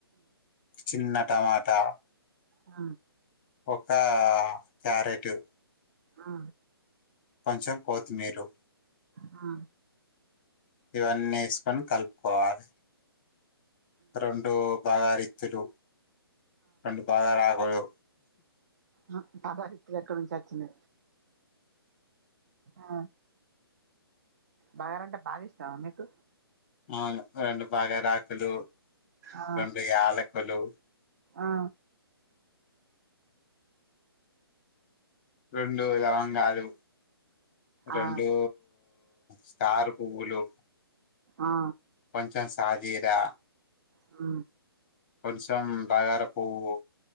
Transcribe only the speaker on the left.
చిన్న టమాటా
ఒకా క్యారెటు
కొంచం కోత్మీరు.
ఇవన్ ఏస్కొన్ కలుప్కోవాలి. రెండు బాగరిత్తులు రెండు బాగరాకులు
అవును రెండు బాగారాకులు
రెండు యాలకులు
రెండు లవంగాలు రెండు
స్టార్ పువ్వులు
కొంచం సాజీరా
కొంచం బగార పువ్వు